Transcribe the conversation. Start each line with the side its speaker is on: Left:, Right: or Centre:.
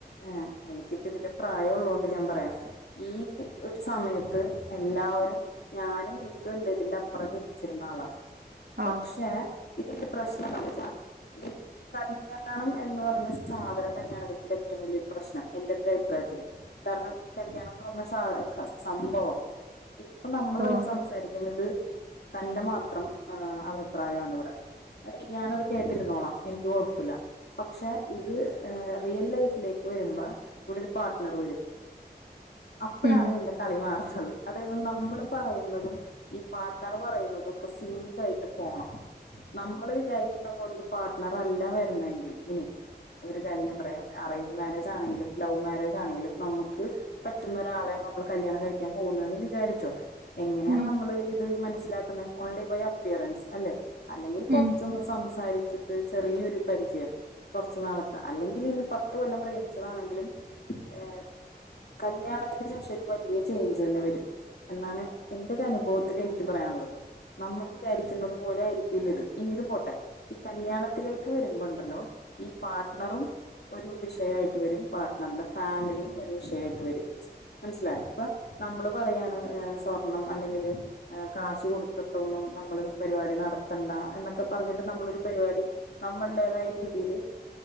Left: ഏ എനിക്കിപ്പം ഇതില് പ്രായംയുള്ളൊണ്ട് ഞാൻ പറയാം ഈ ഒരു സമയത്ത് എല്ലാവരും ഞാനും ഇതും അല്ലെ ഇതിന്റെ അപ്പുറം ചിന്തിച്ചിരുന്ന ആളാ
Right: ഓ
Left: പക്ഷേ ഇതൊരു പ്രശ്നം എന്താന്ന് വെച്ചാ ഈ കല്യാണം എന്ന് പറഞ്ഞ സാധനം തന്നെയാണ് അതിന്റെ ഏറ്റവും വലിയൊരു പ്രശ്നം എന്റെ - ന്റെ അഭിപ്രായത്തില് കാരണം കല്ല്യാണംന്ന് പറഞ്ഞ സാ സംഭവം അപ്പൊ നമ്മള്
Right: ഓ
Left: തമ്മില് സംസാരിക്കുന്നത് തന്റെ മാത്രം ആ അഭിപ്രായാണ് ഇവിടെ അതെ ഞാനത് കേട്ട് ട്ടിരുന്നോളാം എനിക്ക് കൊഴപ്പില്ല പക്ഷേ ഇത് റിയൽ ലൈഫിലേക്ക് വരുമ്പോ ഇവിടെ ഒരു പാർട്ട്നർ വരും അപ്പഴാണ്തിന്റെ
Right: ഉം
Left: കളിമാറാ അത്‌ അത് നമ്മള് പറയുന്നതും ഈ പാർട്ട്ണർ പറയുന്നതും ഒക്കെ സിങ്കായിട്ട് പോണം നമ്മള് വിചാരിക്കുന്ന പോലൊ പാർട്ട്ണർ അല്ല വരുന്നതെങ്കിൽ ഇനി ഒരു കാര്യം ഞാൻ പറയാം അറേഞ്ച് മാരേജ് ആണെങ്കിലും ലവ് മാരേജ് ആണെങ്കിലും നമുക്ക് പറ്റുന്ന ഒരാളെയാണ് നമ്മൾ കല്ല്യാണം കഴിക്കാൻ പോകുന്നന്ന് വിചാരിച്ചോ എങ്ങനെയാണ്
Right: ഉം
Left: നമ്മള് ഇത് മന മനസ്സിലാക്കുന്നേ ഓൺലി ബൈ അപ്പിയറൻസ് അല്ലേ അല്ലെങ്കിൽ കൊറച്ചൊന്ന്
Right: ഉം
Left: സംസാരി ത് ചെറിയൊരു പരിചയം കുറച്ചുനാളത്തെ അല്ലെങ്കില് ഇനി പത്ത് കൊല്ലം പ്രേമിച്ചതാണെങ്കിലും ഏ കല്ല്യാണത്തിന് ശേഷം ഒരു വല്ല്യ ചേഞ്ച് തന്നെ വരും എന്നാണ് എന്റെ ഒരു അനുഭവത്തില് എനിക്ക് പറയാനുള്ളത് നമ്മള് വിചാരിക്കുന്നത് പോലെ ആയിരിക്കില്ല ഇത് ഇനി ഇത് പോട്ടെ കല്യാണത്തിലേക്ക് വരുമ്പോണ്ടല്ലോ ഈ പാർട്ട്ണറും ഒരു വിഷയമായിട്ട് വരും പാർട്ട്ണറിന്റെ ഫാമിലിയും ഒരു വിഷയമായിട്ട് വരും മനസ്സിലായ ഇപ്പ നമ്മള് പറയാണ് സ്വർണം അല്ലെങ്കിൽ കാശ് കൊടുത്തിട്ടൊന്നും നമ്മള് പരിപാടി നടത്തണ്ട എന്നൊക്കെ പറഞ്ഞിട്ട് നമ്മളരു പരിപാടി നമ്മളടേതായ രീതിൽ